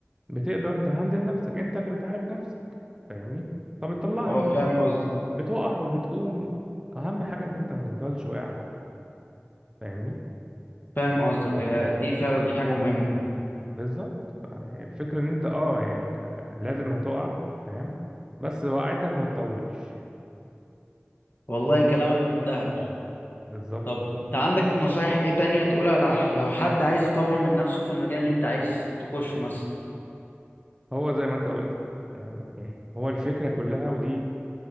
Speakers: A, on the right (about 15°); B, on the left (about 50°).
A: بتقدر تهندل نفسك انت اللي بتعالج نفسك فاهمني فبتطلعها
B: اه
A: من
B: فاهم قصدك
A: بتقع وبتقوم اهم حاجه ان انت ما تفضلش واقع على طول فاهمني
B: فاهم قصدك هي دي فعلا حاجة مهمة
A: بالظبط يعني الفكره ان انت اه يعني لازم هتقع فاهم بس وقعتك ما تطولش
B: والله كلامك من دهب
A: بالظبط
B: طب انت عندك نصايح ايه تانية تقولها لح- لو حد عايز يطور من نفسه في المجال اللي انت عايز تخشه مثلا
A: هو زي ما انت قلت تمام ايه هو الفكره كلها ودي